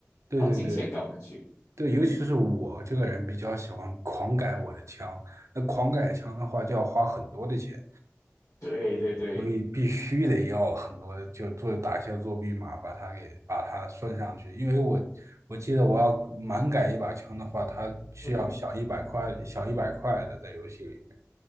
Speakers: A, on the right (about 70°); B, on the left (about 55°).
A: 对对对
B: 把金钱搞上去。
A: 对，尤其是我这个人比较喜欢狂改我的枪，那狂改枪的话就要花很多的钱。
B: 对对对，
A: 所以必须得要很多的，就做打一些作弊码，把它给把它算上去。因为我我记得我要满改一把枪的话，它需要小一百块，
B: 嗯嗯嗯，
A: 小一百块的在游戏里面。